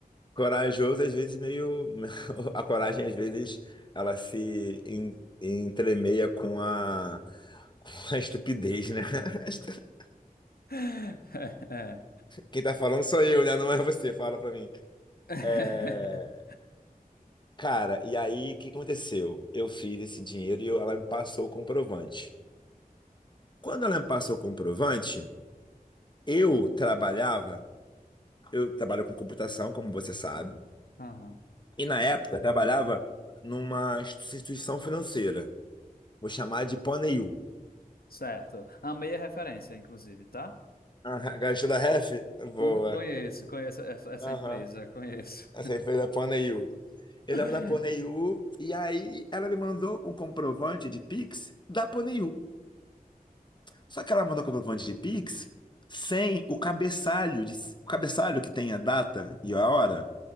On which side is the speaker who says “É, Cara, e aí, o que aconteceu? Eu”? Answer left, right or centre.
Left